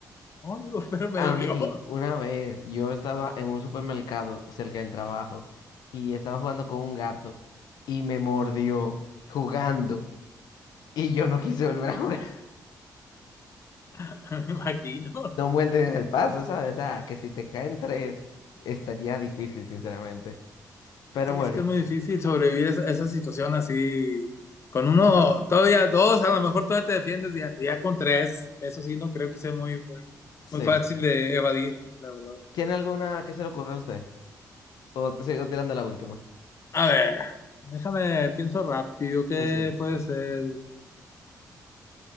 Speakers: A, on the left; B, on the left.
A: No, digo, <laughs> pero me
B: A
A: dolió,
B: mí, una vez, yo estaba en un supermercado cerca del trabajo y estaba jugando con un gato y me mordió jugando y yo no quise volver a jugar. <laughs>
A: <laughs> me imagino.
B: No muerden en el paso, ¿sabes? O sea, que si te caen tres, estaría difícil, sinceramente. Pero
A: Sí,
B: bueno,
A: es que es muy difícil sobrevivir esa, esa situación así. Con uno, todavía dos, a lo mejor todavía te defiendes, ya, ya con tres, eso sí, no creo que sea muy, muy,
B: sí.
A: muy fácil de evadir, la verdad.
B: ¿Tiene alguna que se le ocurra a usted? ¿O te sigo tirando la última?
A: A ver, déjame, pienso rápido, ¿qué
B: Sí, sí.
A: puede ser?